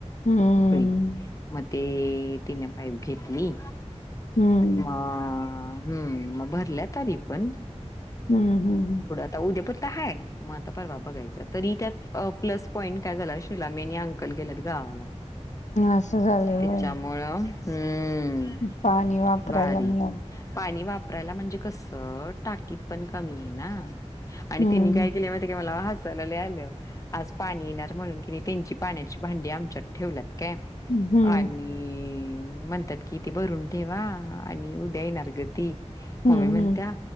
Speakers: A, on the left; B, on the left.
A: हम्म
B: खुळी, मग ते तिन पाईप घेतली.
A: हम्म
B: मग अ हम्म, मग भरल्या तरी पण.
A: हम्म हम्म
B: उद्यापुरत हाय, मग आता परवा बघायच. तरी त्यात प्लस पॉईंट काय झाला, शिलामी <unintelligible> अंकल गेल्यात गावाला.
A: असं झालंय
B: त्याच्यामुळ
A: होय.
B: हम्म
A: पाणी वापरायला
B: भारी,
A: मिळालं
B: पाणी वापरायला म्हणजे कस टाकीत पण कमी आहे ना, आणि
A: हम्म
B: त्यांनी काय केलय माहितय का मला आल, आज पाणी येणार म्हणून कि नै त्यांची पाण्याची भांडी आमच्यात ठेवलीत काय.
A: हम्म
B: आणि म्हणतात कि ते भरून ठेवा, आणि उद्या येणार ग ती,
A: हम्म
B: मम्मी म्हणत्या